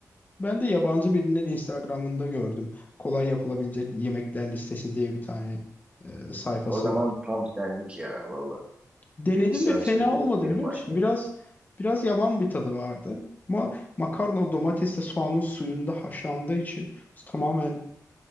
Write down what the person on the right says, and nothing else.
O zaman
tam senlik ya valla.
Bir saat
sonra geç
yeni
başla.